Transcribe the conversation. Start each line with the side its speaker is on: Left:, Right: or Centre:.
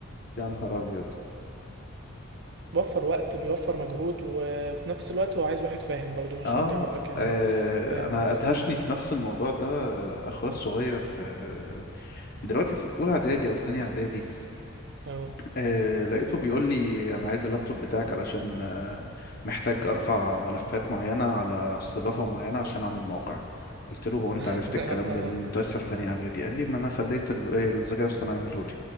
Left: يا نهار ابيض
Right: بيوفر وقت بيوفر مجهود وفي نفس الوقت هو عايز واحد فاهم برضو مش
Left: آه.
Right: هرجع اقول لك يعني
Left: اه
Right: ما يعني
Left: انا
Right: مثلا
Left: ادهشني في نفس الموضوع ده آه، اخويا الصغير في آه، دلوقتي في اولى اعدادي او في تانية اعدادي
Right: اه
Left: آه لقيته بيقول لي انا عايز اللابتوب بتاعك علشان آه محتاج ارفع ملفات معينه على استضافه معينه عشان اعمل موقع قلت له هو انت
Right: <laughs>
Left: عرفت الكلام
Right: آه،
Left: ده منين انت لسه في تانية اعدادي قال لي ما انا خليت ال- إيه، الذكاء الاصطناعي يعمله لي